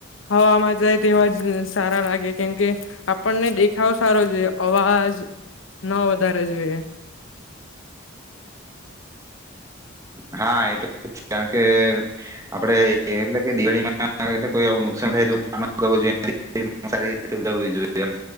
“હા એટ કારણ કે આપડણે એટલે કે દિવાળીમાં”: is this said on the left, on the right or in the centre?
Right